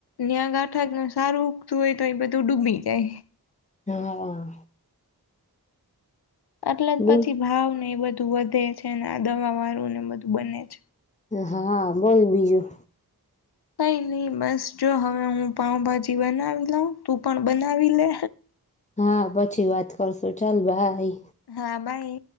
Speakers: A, on the left; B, on the left.
A: યા આ ગાંઠા જ ન સારું ઉગતું હોય તો એ બધું ડૂબી જાય.
B: હા હા.
A: એટલે જ
B: બોલ
A: પછી ભાવ ને એ બધા વધે છે ને આ દવા વાળું ને બધું બને છે.
B: હા બોલ બીજું.
A: કઈ નહી બસ જો હવે હું પાઉભાજી બનાવી લઉં તું પણ બનાવી લે.
B: હા પછી વાત કરશું ચાલ બાઈ.
A: હા બાઈ